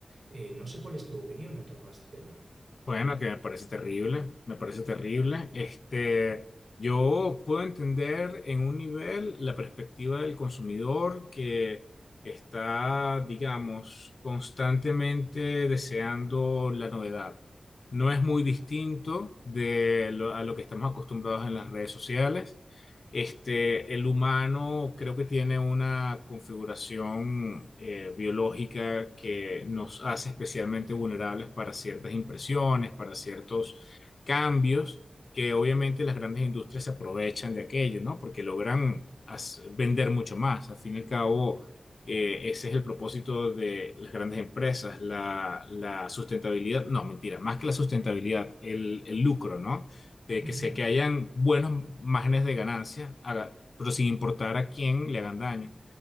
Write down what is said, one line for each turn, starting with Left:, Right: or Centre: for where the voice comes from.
Right: Eh, no sé cuál es tu opinión en torno a este tema.
Left: Bueno, que me parece terrible, me parece terrible. Este, yo puedo entender en un nivel la perspectiva del consumidor que está, digamos, constantemente deseando la novedad. No es muy distinto de lo- a lo que estamos acostumbrados en las redes sociales. Este, el humano creo que tiene una configuración eh, biológica que nos hace especialmente vulnerables para ciertas impresiones, para ciertos cambios, que obviamente las grandes industrias se aprovechan de aquello, ¿no? Porque logran as- vender mucho más. Al fin y al cabo, eh, ese es el propósito de las grandes empresas, la, la sustentabilidad, no, mentira, más que la sustentabilidad, el, el lucro, ¿no? de
Right: Ujú.
Left: que sea que hayan buenos márgenes de ganancia, haga- pero sin importar a quién le hagan daño.